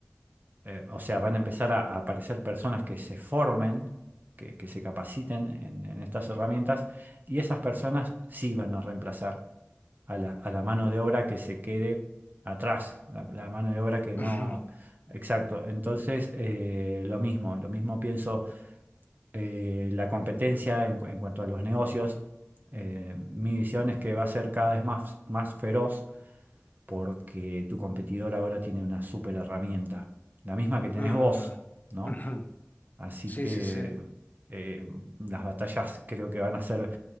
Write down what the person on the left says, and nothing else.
Ujú,
mm,
ujú.
Sí,
sí, sí.